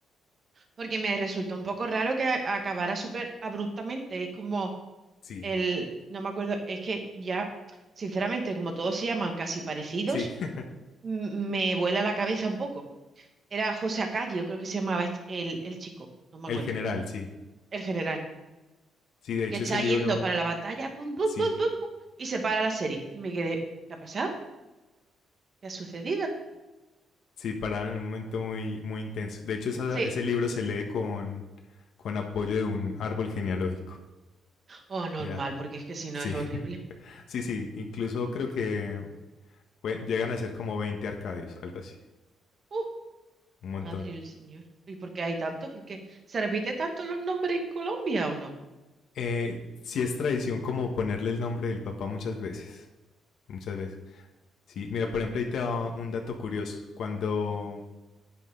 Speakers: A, on the right (about 40°); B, on the left (about 65°).
A: Porque me resultó un poco raro que a- acabara súper abruptamente. Es como
B: Sí,
A: el, no me acuerdo, es que ya, sinceramente, como todos se llaman casi parecidos,
B: sí. <laughs>
A: m- me vuela la cabeza un poco. Era José Acadio, creo que se llamaba este- el, el chico, no me
B: El
A: acuerdo,
B: general, sí.
A: el general,
B: Sí, de hecho
A: que está
B: ese libro,
A: yendo para la batalla, pum, pum,
B: sí,
A: pum, pum, pum, y se para la serie. Y me quedé, ¿qué ha pasado? ¿Qué ha sucedido?
B: Sí, pararon en un momento muy, muy intenso. De hecho, esa-
A: Sí.
B: ese libro se lee con, con apoyo de un árbol genealógico.
A: Oh, normal,
B: Mira,
A: porque es que si no
B: sí,
A: es horrible.
B: <laughs> sí, sí. Incluso creo que pueden- llegan a ser como 20 Arcadios, algo así,
A: Uh,
B: un montón.
A: madre del Señor. ¿Y por qué hay tanto? ¿Por qué se repite tanto los nombres en Colombia o no?
B: Eh, sí es tradición como ponerle el nombre del papá muchas veces, muchas veces. Sí, mira, por ejemplo, ahí te da un dato curioso. Cuando,
A: Ujú,